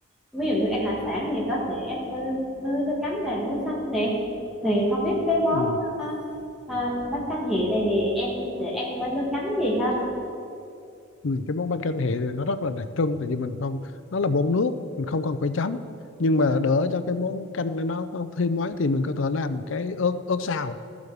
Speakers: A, in the centre; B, on the left (about 65°).
A: ví dụ như ăn hải sản thì có thể ăn nơi nước chấm là muối xanh nè thì không biết cái món
B: ừ.
A: à, à, bánh canh hẹ này thì em sẽ ăn với nước chấm gì ha
B: Ừ, cái món bánh canh hẹ thì nó rất là đặc trưng tại vì mình không nó là bột nước mình không cần phải chấm nhưng mà đỡ cho cái món canh này nó không thêm mấy thì mình có thể làm cái ớt ớt xào